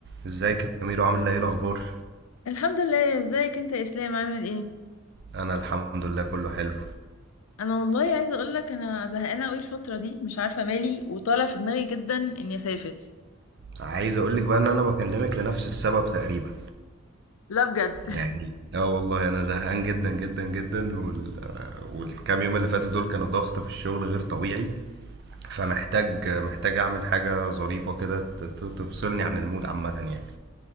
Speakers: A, on the right; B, on the left.
A: ازيك يا ميرو عامله ايه إيه الاخبار
B: الحمد لله ازيك انت يا اسلام عامل ايه
A: انا الحمد لله كله حلو
B: انا والله عايزه اقول لك انا زهقانه قوي الفتره دي مش عارفه مالي وطالع في دماغي جدا اني اسافر
A: عايز اقولك بقى ان انا بكلمك لنفس السبب تقريبا
B: لا بجد <laughs>
A: يعني اه والله انا زهقان جدا جدا جدا وال... والكام يوم اللي فاتوا دول كانوا ضغط في الشغل غير طبيعي فمحتاج محتاج اعمل حاجه ظريفه كده ت- ت- تفصلني عن المود عامه يعني